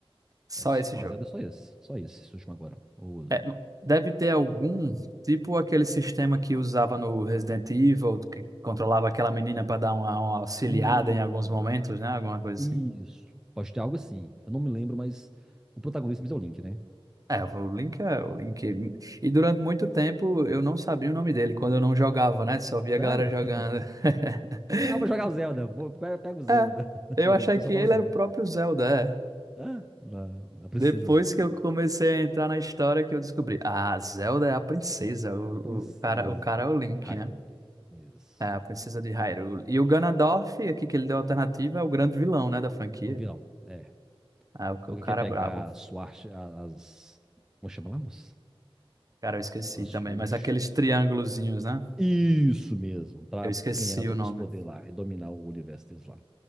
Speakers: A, on the right (about 35°); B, in the centre.
A: Só
B: é,
A: esse
B: com
A: jogo.
B: a Zelda, é só esse. Só esse, esse último agora. O-
A: É, m- deve ter algum, tipo aquele sistema que usava no Resident Evil, que controlava aquela menina para dar uma, uma auxiliada
B: Hum,
A: em alguns momentos, né? Alguma coisa
B: isso.
A: assim.
B: Pode ter algo assim. Eu não me lembro, mas o protagonista mesmo é o Link, né?
A: É, o Link é o Link. E durante muito tempo eu não sabia o nome dele quando eu não jogava, né? Só via
B: Sério?
A: a galera jogando.
B: <laughs>
A: <laughs>
B: Ah, vou jogar o Zelda. Vou, pe- pego o Zelda.
A: É, eu achei
B: <laughs> O pessoal
A: que ele
B: fala assim.
A: era o próprio Zelda. é.
B: Ah, não, a princesa
A: Depois
B: Zelda.
A: que eu comecei a entrar na história que eu descobri, ah, Zelda é a princesa, o,
B: É a princesa
A: o cara, o cara é o Link,
B: Hyrule.
A: né?
B: Isso.
A: É a princesa de Hyrule. E o Ganondorf, aqui que ele deu a alternativa, é o grande vilão, né, da franquia.
B: O vilão, é.
A: Ah, o,
B: Alguém
A: o cara
B: quer pegar
A: é brabo.
B: a Swart, a- as... Como chama lá, moça?
A: Cara, eu esqueci
B: As
A: também,
B: Sword.
A: mas aqueles triângulozinhos, né?
B: Isso mesmo, para
A: Eu esqueci
B: ganhar todos
A: o nome.
B: os poderes lá e dominar o universo deles lá.